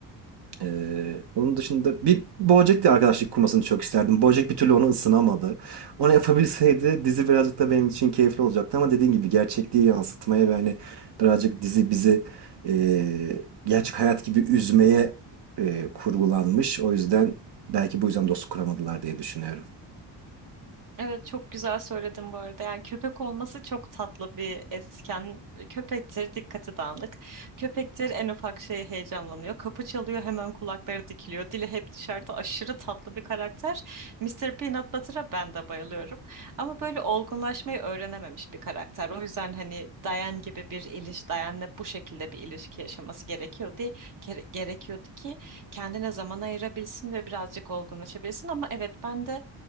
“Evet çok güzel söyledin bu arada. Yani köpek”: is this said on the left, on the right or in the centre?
Right